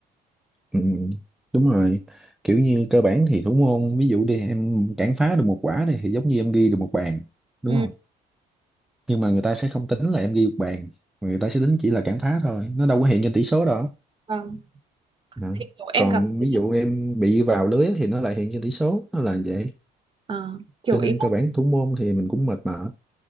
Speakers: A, in the centre; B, on the right.
A: ừ, đúng rồi kiểu như cơ bản thì thủ môn ví dụ đi em cản phá được một quả đi thì giống như em ghi được một bàn đúng
B: ừ
A: không nhưng mà người ta sẽ không tính là em ghi một bàn mà người ta sẽ tính chỉ là cản phá thôi nó đâu có hiện trên tỷ số đó
B: vâng
A: Đó.
B: thì kiểu em
A: còn
B: cảm thấy
A: ví dụ em bị vào lưới thì nó lại hiện trên tỷ số nó là vậy
B: à, kiểu
A: cho nên
B: ý
A: cơ bản thủ môn thì mình cũng mệt mỏi